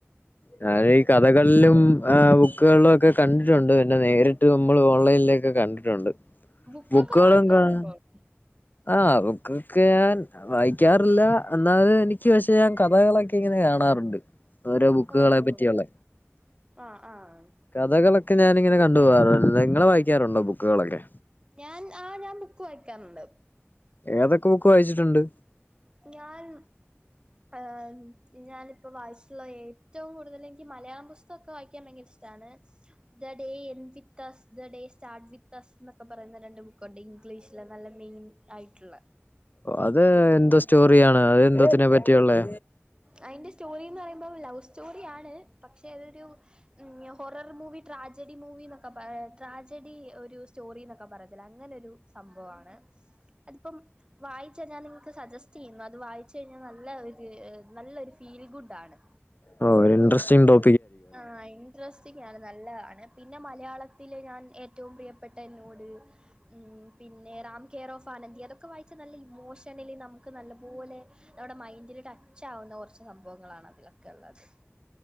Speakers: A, on the left; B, on the right.
A: ഞാനെ ഈ കഥകളിലും ആഹ് ബുക്കുകളിലും ഒക്കെ കണ്ടിട്ടുണ്ട് പിന്നെ നേരിട്ട് നമ്മൾ ഓൺലൈനിലൊക്കെ കണ്ടിട്ടുണ്ട്
B: ബുക്കൊക്കെ
A: ബുക്കുകളന്താണ്
B: വായിക്കാറുണ്ടോ
A: ആ ബുക്കൊക്കെ ഞാൻ വായിക്കാറില്ല എന്നത് എനിക്ക് പക്ഷേ ഞാൻ കഥകളൊക്കെ ഇങ്ങനെ കാണാറുണ്ട് ഓരോ ബുക്കുകളെ
B: ഓ ഓ
A: പറ്റിയുള്ള
B: ആഹ് ആഹ്
A: കഥകള് ഞാാനിങ്ങനെ കണ്ട് അല്ല നിങ്ങൾ വായിക്കാറുണ്ടോ ബുക്കുകളൊക്കെ
B: ഞാൻ ആ ഞാൻ ബുക്ക് വായിക്കാറുണ്ട്
A: ഏതൊക്കെ ബുക്ക് വായിച്ചിട്ടുണ്ട്
B: ഉ ഞാൻ ആ ഞാനിപ്പ വായിച്ച ഏറ്റവും കൂടുതൽ എനിക്ക് മലയാളം പുസ്തകക്കെ വായിക്കാൻ ഭയങ്കര ഇഷ്ടമാണ് that the day end <unintelligible> <unintelligible> first the day start with us എന്നൊക്കെ പറയുന്ന രണ്ട് ബുക്കുണ്ട് ഇംഗ്ലീഷില് നല്ല മെയിൻ ആയിട്ടുള്ള
A: അത് എന്തോ സ്റ്റോറിയാണ് അത് എ ന്തോത്തിനെ പറ്റിയുള്ളെ
B: അതിന്റെ സ്റ്റോറീന്ന് പറയുമ്പോ ലവ് സ്റ്റോറി ആണ് പക്ഷെ അതൊരു ഹൊറർ മൂ മൂവീ ട്രാജഡി മൂവീന്നക്കാ പ ട്രാജഡി ഒരു സ്റ്റോറി എന്നൊക്കെ പറയത്തില്ല അങ്ങനെ ഒരു സംഭവമാണ് അതിപ്പം വായിച്ച ഞാൻ നിങ്ങക്ക് സജസ്റ്റ് ചെയ്യുന്നു അത് വായിച്ച കഴിഞ്ഞാൽ നല്ല ഒരു നല്ലൊരു ഫീൽ ഗുഡ് ആണ്
A: ഓ ഒരു ഇന്ട്രെസ്റ്റിംഗ് ടോ
B: ആഹ ഇൻട്രസ്റ്റ് റ്റിംങ്ങാണ് നല്ല പിന്നെ മലയാളത്തില് ഞാൻ ഏറ്റവും പ്രിയപ്പെട്ട എന്നോട് ഉം പിന്നെ റാം കെയർ ഓഫ് ആനന്ദി അതൊക്കെ വായിച്ചാൽ നല്ല ഇമോഷണലി നമുക്ക് നല്ല പോലെ നമ്മുടെ മൈൻഡിൽ ടച്ച് ആവുന്ന കുറച്ച് സംഭവങ്ങളാണ് അതിലൊക്കെ ഉള്ളത്